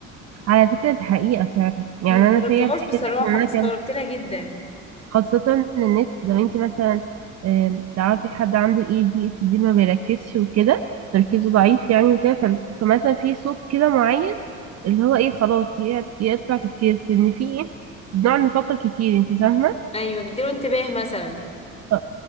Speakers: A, on the right; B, on the left.
A: على فكرة دي حقيقة فعلا يعني
B: ما
A: أنا
B: جربتهاش
A: فيا الحاجة
B: بصراحة
A: دي عشان أنا
B: بس
A: كان
B: استغربت لها جدا
A: خاصة إن الناس لو أنت مثلا آم، تعرفي حد عنده اي دي اتش دي ما بيركزش وكده تركيزه ضعيف يعني وكده ف- فمثلا في صوت كده معين اللي هو ايه خلاص ي- يقطع تفكيرك لأن في ايه بنقعد نفكر كتير أنت فاهمة
B: ايوه بيديله انتباه مثلا
A: ف-